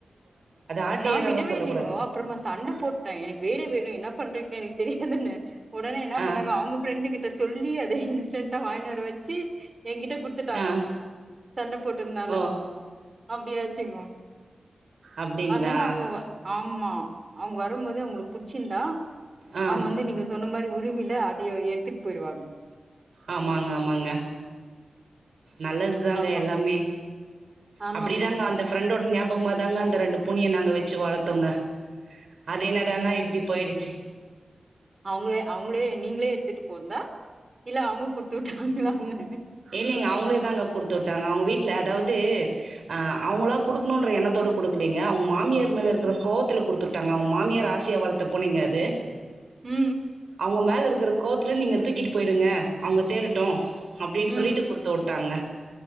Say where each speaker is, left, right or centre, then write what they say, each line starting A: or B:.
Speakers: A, on the right; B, on the right.
A: ஆட்டியனெல்லாம்
B: நா விடவே
A: சொல்லக்கூடாது.
B: இல்லிங்கோ அப்றமா சண்டை போட்டே எனக்கு வேணு வேணு என்ன பண் றீங்ளே எனக்கு தெரியாதுன்னே ஒடனே என்ன
A: ஆ,
B: பண்ணாங்க அவங்க ஃப்ரெண்டு கிட்ட சொல்லி அத டீசன்டா வாங்கினுவர வச்சு என்கிட்ட குடுத்துட்டாங்கோ
A: ஆ,
B: சண்ட போட்டதுனால
A: ஓ!
B: அப்படியாச்சுங்கோ
A: அப்டிங்களா?
B: அதனால அவங்க வ ஆமா அவ்ங்க வரும் போதே அவ்ங்களுக்கு புடிச்சிருந்தா
A: ஆ,
B: அவ்ங்க வந்து நீங்க சொன்ன மாரி உரிமையில அதையு எடுத்துட்டு பெய்ருவாங்க
A: ஆமாங்க ஆமாங்க நல்லது தாங்க
B: ஆமா
A: எல்லாமே
B: ஆமாங்கோ
A: அப்பிடி தாங்க அந்த ஃப்ரெண்டோட ஞாபகமா தாங்க அந்த ரெண்டு பூனிய நாங்க வெச்சு வளத்தொங்க அது என்னடானா இப்பிடி போயிடுச்சி
B: அவுங்ளே அவுங்ளே நீங்ளே எத்திட்டு போண்தா இல்ல அவுங்க குட்த்துட்டாங்லான்னே
A: இல்லீங்க அவுங்ளே தாங்க குடுத்துட்டாங்க அவுங்க வீட்ல அதாவ து அ அவுங்ளா குடுக்ணுன்ற எண்ணத்தோட குடுக்குலீங்க அவுங் மாமியார் மேல இருக்ற கோவத்துல குடுத்துட்டாங்க அவுங் மாமியார் ஆசையா வளத்த பூனைங்க அது
B: ம்
A: அவுங்க மேல இருக்கற கோவத்துல நீங்க தூக்கிட்டு போயிருங்க அவுங்க தேடட்டு அப்டின்
B: ம்
A: சொல்லிட்டு
B: ம்
A: குடுத்துவுட்டாங்க